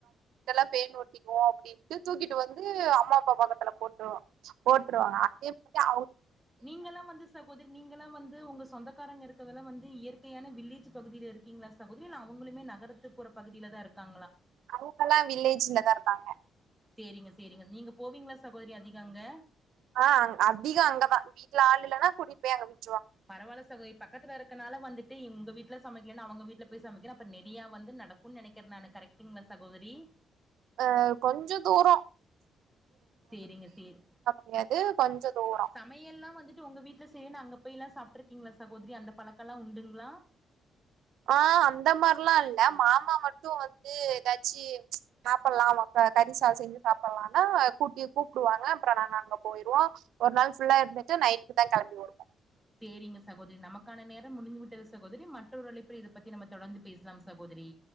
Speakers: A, on the right; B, in the centre.
A: எல்லா பேன் ஒட்டிக்கு அப்டின்ட்டு தூக்கிட்டு வந்து அம்மா அப்பா பக்கத்துல போட் ரு போட்ருவாங்க அதே மாரி அ
B: நீங்கெலாம் வந்து சகோதரி நீங்கெலா வந் து உங்க சொந்தக்காரங்க இருக்கதெல்லா வந்து இயற்கையான வில்லேஜ் பகுதில இருக்கிங்ளா சகோதிரி இல்ல அவுங்களுமே நகரத்துக்கு புற பகுதிலதா இருக்காங்
A: அவுங்களா வில்லேஜ்லதா இருக்காங்க
B: சேரிங்க சேரிங்க நீங்க போவிங்ளா சகோதரி அதிக அங்க
A: ஆ அ அதிக அங்கதா வீட்ல ஆள் இல்லனா கூட்டிட் போய் அங்க விட்
B: பரவால சகோதரி பக் கத்ல இருக்கனால வந்துட்டு உங்க வீட்ல சமைக்கலன் அவுங்க வீட்ல போய் சமைக்கற அப்ப நறையா வந்து நடக்குன் நெனைக்கறே நானு கரக்ட் டுங்ளா சகோதரி
A: அ கொஞ்ச தூர
B: சேரிங்க சேர்
A: முடியாது கொஞ்ச தூரோ
B: சமையல்லா வந்துட்டு உங்க வீட்ல செய்லன் அங்க போயெல்லா சாப்ட்ருக்கிங்ளா சகோதிரி அந்த பழக்க எல்லா உண்டுங்ளா
A: ஆ அந்த மார்லா இல்ல மாமா மட்டு வந்து எதாச்சி சாப்பல்லா வாங் க கறிசாத செஞ்சு சாப்பலானா கூட்டி கூப்டுவாங்க அப்பற நாங்க அங்க போயிருவோ ஒரு நாள் ஃபுல்லா இருந்து ட்டு நைட்டு தா கெளம்பி வருவோ
B: சேரிங்க சகோதரி நமக்கான நேரம் முடிஞ்சு விட்டது சகோதரி மற்றொரு அழைப்புல இத பத்தி நம்ம தொடர்ந்து பேசலாம் சகோதரி